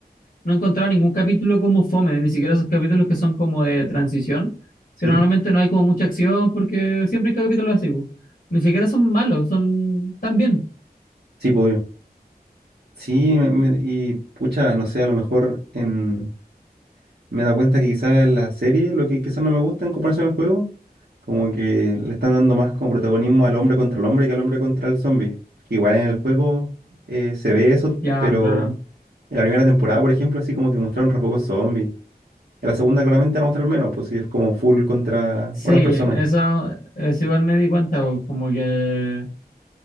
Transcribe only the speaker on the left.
No he encontrado ningún capítulo como fome, ni siquiera esos capítulos que son como de transición,
pero normalmente no hay como mucha acción porque siempre hay capítulos así. bu. Ni siquiera son malos, son tan bien.
Ya,
claro.
Sí,
eso,
eso igual me di cuenta, bu, como que,